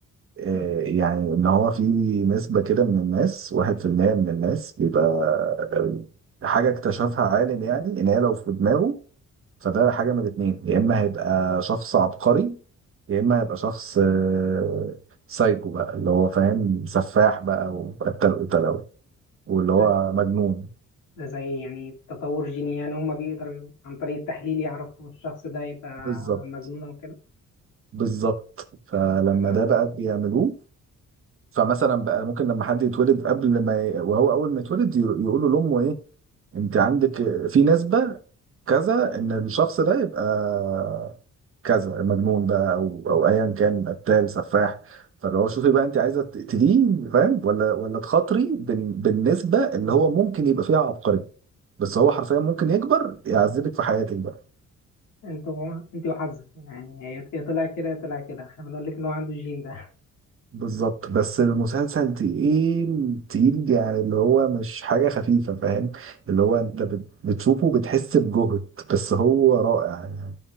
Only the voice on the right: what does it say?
آه،
يعني ان هو في نسبة كده من الناس واحد في المية من الناس بيبقى آه، حاجة اكتشفها عالم يعني ان هي لو في دماغه فده حاجة من الاتنين يا اما هيبقى شخص عبقري يا اما هيبقى شخص آه، سايكو بقى اللي هو فاهم سفاح بقى وقتل قتلة و- واللي هو
مجنون
بالظبط
بالظبط فلما
ده بقى بيعملوه فمثلا بقى ممكن لما حد يتولد قبل ما ي... وهو اول ما يتولد ير- يقولوا لامه ايه انت عندك في نسبة كذا ان الشخص ده يبقى كذا مجنون بقى او او ايا كان قتال سفاح فاللي هو شوفي بقى انت عايزه تقتليه فاهم ولا ولا تخاطري بال... بالنسبه اللي هو ممكن يبقى فيها عبقري بس هو حرفيا ممكن يكبر يعذبك في حياتك بقى
بالظبط بس المسلسل تقيل تقيل يعني اللي هو مش حاجة خفيفة فاهم اللي هو انت بت- بتشوفه بتحس بجهد بس هو رائع يعني